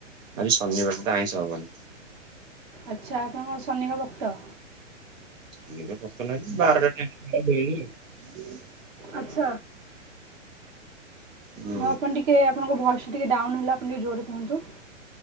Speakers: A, on the right (about 85°); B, on the right (about 25°).
A: ଆଜି ଶନିବାର ତ ଆଇଁଷ ହବନି।
B: ଆଚ୍ଛା ଆପଣଙ୍କ ଶନିଙ୍କ ଭକ୍ତ
A: ମୁ ତ ପତନ <unintelligible> ବାର <unintelligible>
B: ଆଛ।।
A: ହୁଁ
B: ଆପଣ ଟିକେ ଆପଣଙ୍କ ଭଏସ ଟା ଟିକେ ଡାଉନ ହେଲା, ଆପଣ ଟିକେ ଜୋରରେ କୁହନ୍ତୁ।